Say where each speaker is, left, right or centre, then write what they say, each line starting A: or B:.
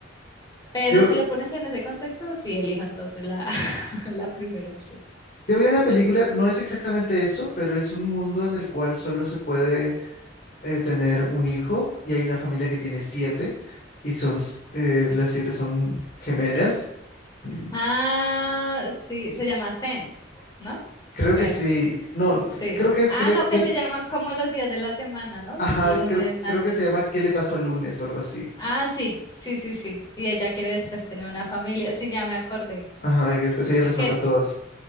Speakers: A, on the left; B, on the left.
A: Pero
B: Yo,
A: si lo pones en ese contexto, sí, elijo entonces la, <laughs> la primera opción.
B: yo vi una película, no es exactamente eso, pero es un mundo en el cual solo se puede eh, tener un hijo y hay una familia que tiene siete y son, s- eh, las siete son gemelas. Mm,
A: Ah, sí, se llama Sense, ¿no?
B: Creo
A: Creo.
B: que sí, no,
A: Sí.
B: c- creo que es
A: Ah,
B: que le,
A: no,
B: que
A: que se
B: le-
A: llaman como los días de la semana, ¿no?
B: ajá,
A: Lunes,
B: creo,
A: martes.
B: creo que se llama ¿Qué le pasó al lunes o algo así?
A: Ah, sí, sí, sí, sí. Y ella quiere después tener una familia. Sí, ya me acordé.
B: Ajá, y que después ella las
A: Que,
B: mata a todas.